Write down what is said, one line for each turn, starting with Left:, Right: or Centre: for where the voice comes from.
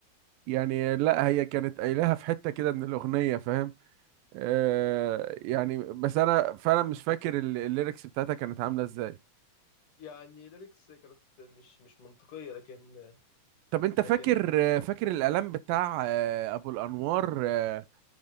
Right: يعني لا هي كانت قايلها في حته كده من الاغنيه فاهم آه يعني بس انا فعلا مش فاكر ال- الليركس بتاعتها كانت عامله ازاي
Left: يعني ليركس كانت مش مش منطقية لكن
Right: طب انت
Left: لكن
Right: فاكر فاكر الاعلان بتاع آه، ابو الانوار آه،